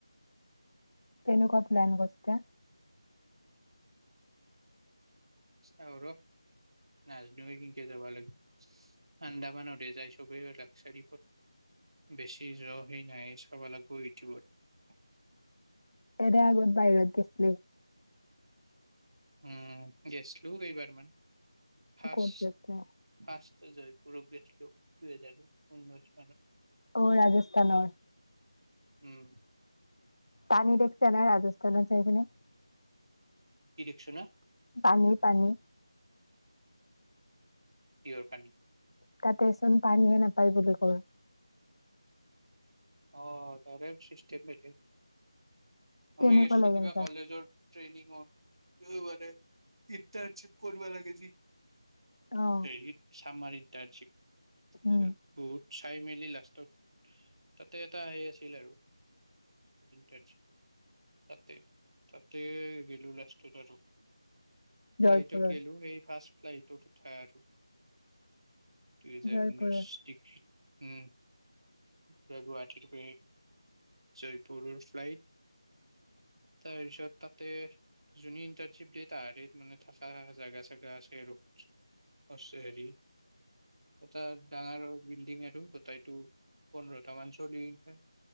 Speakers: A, on the left; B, on the right.
A: তেনেকোৱা প্লান গছ ক
B: চাওঁ ৰস নাযনোৱে কেনেকে যাব লাগে আন্দামানতে যাই সবে লাকচাৰী বেছি জ সেই নাই চাব লাগিব ইউটিউবত
A: এদ আগত বাহিৰত গৈছিলো
B: উম গৈছিলো কেইবাৰ মান ফাৰ্ষ্ট
A: ক'ত গৈছা?
B: ফাৰ্ষ্ট জয়পুৰত গৈছিলো কিয় যায় বা উনৈশ
A: অ ৰাজস্থানৰ
B: উম
A: পানী দেখিছে নাই ৰাজস্থানত চাই কিনে
B: কি দেখচনা
A: পানী পানী
B: পিয়ৰ পানী
A: তাতেচোন পানীহে নাপায় বুলি কয়
B: অ তাৰে চিষ্টিম মিল
A: কেনেকুৱা
B: আমি গছো
A: লাগিল
B: কিবা
A: তাৰ?
B: কলেজৰ ট্ৰেইনিংত ব ইনতাৰ চিপ কৰিবা লাগে যি
A: অ',
B: সেই আমাৰ ইণ্টাৰ্ণশিপ
A: উম।
B: ছেত তো চাই মেলি লাস্তট তাতে এটা হেই আছিল আৰু টাজ তাতে তাতে গিলো লাষ্টত আৰু
A: জয়পুৰৰ।
B: ল্লাইটত গলো সেই ফাৰ্ষ্ট। ফ্লাইটতো উঠাই আৰু। দু হেজাৰ
A: জয়পুৰৰ।
B: ঊনৈশ ডগি। উম পুৰা গুৱাহাটীতক জয়পুৰৰ ফ্লাইট। তাৰপিছত তাতে যোনে ইন্টাৰ্নশ্বিপ দিয়ে। তাহাৰত মানে থকা জোগা চগা আছে আৰু। অ শেৰি। এটা ডাঙৰ বিল্ডিং আৰু গোটাইতটো পোন্ধৰটা মান চলিকা